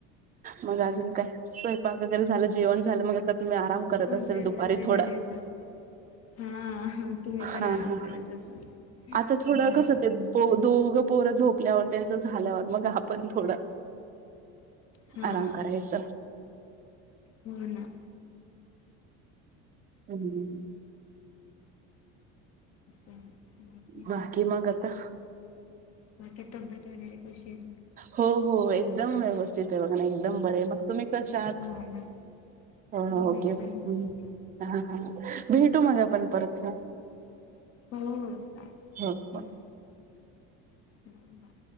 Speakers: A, on the right; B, on the left.
A: मग
B: हम्म.
A: अजून काय स्वयंपाक वगैरे झालं जेवण झालं मग आता तुम्ही आराम करत
B: हो
A: असेल
B: जेवण
A: दुपारी
B: वगैरे
A: थोडा
B: झा हा हा तुम्ही पण
A: हा
B: आराम
A: हा
B: करत असाल.
A: आता थोडं
B: हा
A: कसं ते दोघं पोरं झोपल्यावर त्यांच झाल्यावर. मग आपण थोडं,
B: हा
A: आराम करायच.
B: हो ना.
A: हम्म.
B: बाकी
A: बाकी मग आता
B: बाकी तब्येत वगैरे कशी हाय?
A: हो हो एकदम व्यवस्थित आहे बघा ना एकदम बर मग तुम्ही कशा आहात?
B: हो ना
A: हो हो ओके,
B: मी
A: हम्म,
B: पण मस्त.
A: हा हा भेटू मग आपण. परतच.
B: हो हो चालेल.
A: ह.
B: हं, हो, बाय.